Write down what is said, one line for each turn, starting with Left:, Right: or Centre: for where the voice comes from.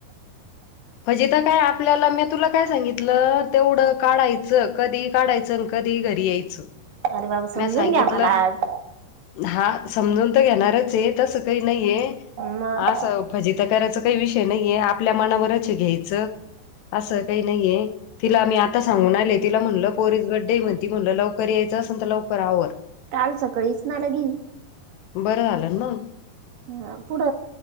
Left: हजे तर काय आपल्याला मी तुला काय सांगितलं तेवढं काढायचं कदि काडायचं अन कदि घरी यायचं
Right: अरे बाबा समजून
Left: म्या सांगितलं
Right: घ्या मला आज
Left: हा समजून तर घेणारचय तसं काय नाइय
Right: मग
Left: असं फजित्या करायच काय विषय नाहीये आपल्या मनावरच घ्यायचं असं काइ नाइये तिला मी आता सांगून आले तिला म्हणटलं पोरीज बडडे मध्ये त म्हटलं लवकर यायचं असेल तर लवकर आवर
Right: काल सकाळीच ना लगी
Left: बरं जालं न मग
Right: ह पुड